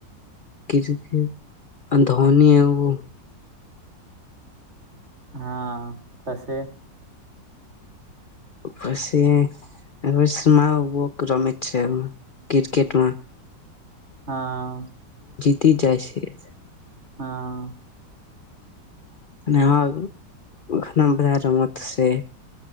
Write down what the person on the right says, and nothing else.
હા કશે
હા
<unintelligible>